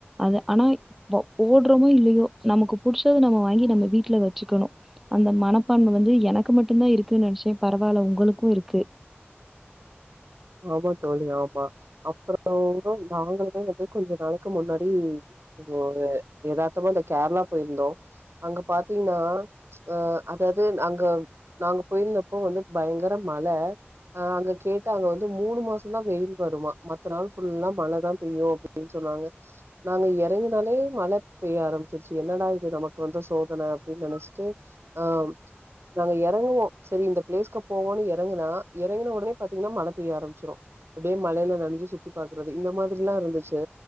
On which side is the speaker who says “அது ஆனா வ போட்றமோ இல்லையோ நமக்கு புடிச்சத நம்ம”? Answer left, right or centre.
Centre